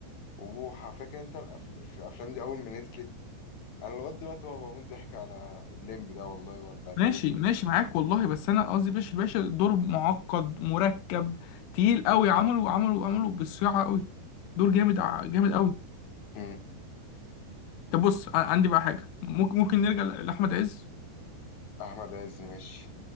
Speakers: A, on the left; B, on the left.
A: وبوحة فاكر انت الأف... في الافلام دي اول ما نزلت انا لغاية دلوقتي بقى بموت ضحك على الليمبي ده والله ولا اللي
B: ماشي
A: بالي
B: ماشي معاك والله بس انا قصدي بشر باشا دور معقد مركب تقيل قوي عمله عمله عمله بالصياعة قوي دور جامد ع- جامد قوي
A: مم.
B: طب بص ع- عندي بقى حاجة ممكن ممكن نرجع لأحمد عز
A: احمد عز ماشي